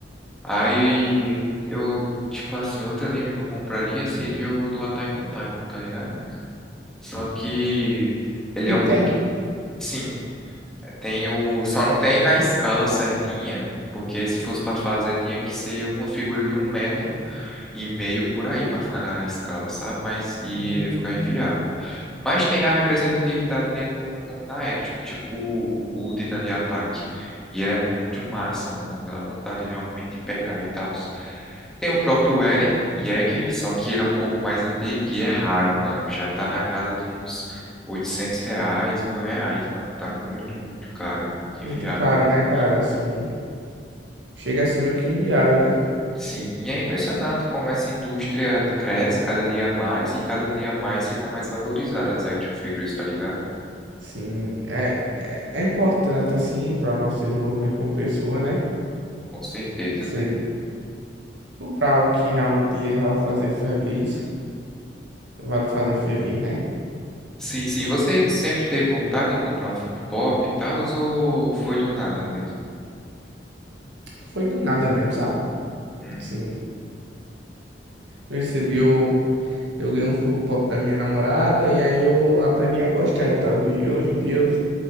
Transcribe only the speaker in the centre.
Aí eu, tipo assim, outro anime que eu compraria seria o do Attack on Titan, tá ligado? Só que ele é
um
pouco, sim, tem o, só não tem na escala certinha, porque se fosse pra fazer tinha que ser uma figura de um metro e meio por aí para ficar na escala, sabe? Mas e
ia ficar inviável. Mas tem a representatividade nele no- no- na action, tipo o, o Titã de Ataque. E ele é muito massa, mano. Dá vontade realmente de pegar e tal. Tem o próprio Eren Yeager, só que ele é um pouco mais antigo e é raro, mano. Já tá na casa de uns 800 reais, mil reais, mano. Tá muito, muito caro, muito
inviável
mesmo.
Sim, e é impressionante como essa indústria cresce cada dia mais e cada dia mais fica mais valorizada as action figures, tá ligado?
Com certeza,
né?
Sim, sim. Você sempre teve vontade de comprar um Funko Pop e tal, ou foi do nada mesmo?
Hum.